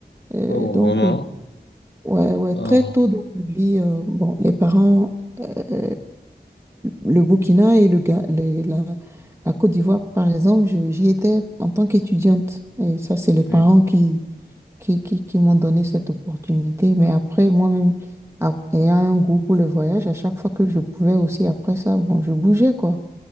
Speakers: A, on the right; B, on the left.
A: Euh,
B: Oh,
A: donc,
B: vraiment?
A: euh, ouais, ouais,
B: Ah,
A: très tôt dans ma vie, euh, bon, les parents, euh, le Burkina et le, Ga- le- la, la Côte d'Ivoire, par exemple, je- j'y étais en tant qu'étudiante. Et ça, c'est les parents
B: oui.
A: qui qui, qui, qui m'ont donné cette opportunité. Mais après, moi-même, ap- ayant un goût pour le voyage, à chaque fois que je pouvais aussi, après ça, bon, je bougeais, quoi.